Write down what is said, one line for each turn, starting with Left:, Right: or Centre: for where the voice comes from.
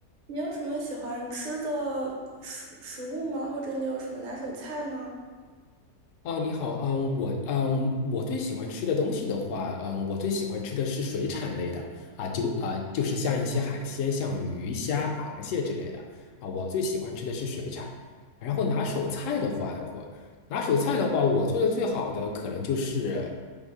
Right: 你有什么喜欢吃的食食物吗？或者你有什么拿手菜吗？
Left: 哦，你好，嗯，我嗯，我最喜欢吃的东西的话，嗯，我最喜欢吃的是水产类的啊，就啊，就是像一些海鲜，像鱼虾、螃蟹之类的啊，我最喜欢吃的是水产。然后拿手菜的话的话，拿手菜的话，我做的最好的可能就是，